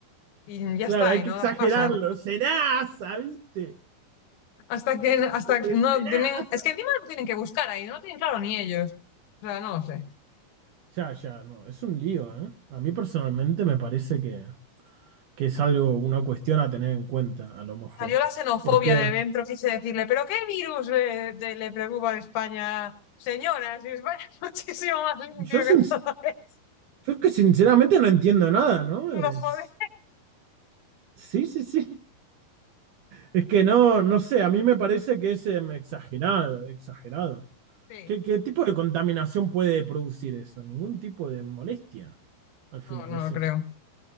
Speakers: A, on the left; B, on the right.
A: y ya
B: Claro,
A: está,
B: hay
A: y
B: que
A: no
B: exagerarlo.
A: las pasan.
B: Serasa, ¿viste?
A: Hasta que, hasta
B: Es
A: que
B: el
A: no
B: Serasa.
A: tienen, es que encima no tienen que buscar ahí, no lo tienen claro ni ellos. O sea, no lo sé.
B: Ya, ya, no, es un lío, ¿eh? A mí personalmente me parece que, que es algo, una cuestión a tener en cuenta, a lo mejor.
A: Salió la xenofobia
B: Porque
A: de dentro, quise decirle, ¿pero qué virus le, de- le preocupa a España, señora? Si España es <laughs> muchísimo más limpio
B: yo, sin-
A: que todo esto,
B: yo es que sinceramente no entiendo nada, ¿no?
A: no
B: Es,
A: joder.
B: sí, sí, sí. Es que no, no sé, a mí me parece que es em, exagerado, exagerado.
A: Sí,
B: ¿Qué, qué tipo de contaminación puede producir eso? Ningún tipo de molestia, al final,
A: no, no
B: o sí.
A: lo creo.